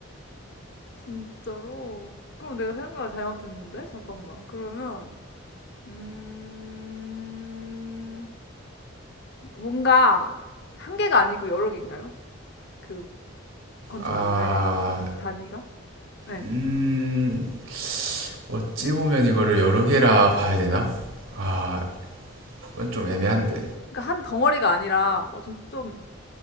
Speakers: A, on the left; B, on the right.
A: 진짜로? 그럼 내가 생각을 잘못했는데 잠깐만. 그러면 음 뭔가 한 개가 아니고 여러 개인가요? 그 건축물의
B: 아
A: 단위가? 네.
B: 음. 어찌 보면 이거를 여러 개라 봐야 되나? 아, 이건 좀 애매한데.
A: 그러니까 한 덩어리가 아니라 뭐 좀 좀